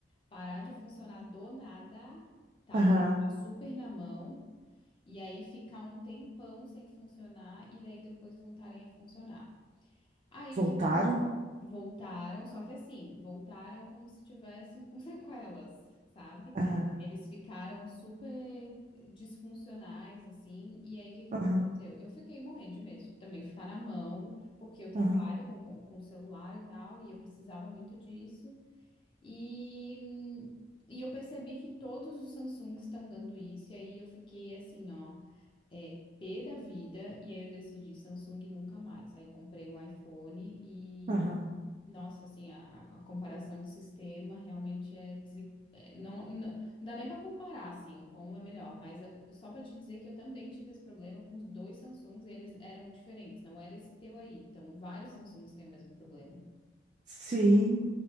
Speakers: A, on the left (about 25°); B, on the right (about 35°).
A: Parar de funcionar do nada, tá?
B: Aham.
A: Me deixar super na mão. E aí ficar um tempão sem funcionar e daí depois voltarem a funcionar. Aí
B: Voltaram?
A: o que que aconteceu? Voltaram, só que assim, voltaram como se tivessem com <laughs> sequelas, sabe?
B: Aham.
A: Eles ficaram super disfuncionais, assim, e aí o que que
B: Aham.
A: aconteceu? Eu fiquei morrendo de medo de também ficar na mão, porque eu trabalho
B: Aham.
A: com, com, com celular e tal, e eu precisava muito disso. E, hum, e eu percebi que todos os Samsungs estão dando isso, e aí eu fiquei assim, ó. É P da vida, e aí eu decidi Samsung nunca mais. Aí comprei um iPhone e,
B: Aham.
A: nossa, assim, a, a- a comparação de sistema realmente é, desi- é, não, não, não dá nem para comparar, assim, o qual é melhor, mas é, só para te dizer que eu também tive esse problema com os dois Samsungs e eles eram diferentes, não era esse teu aí. Então, vários Samsungs têm o mesmo problema.
B: Sim.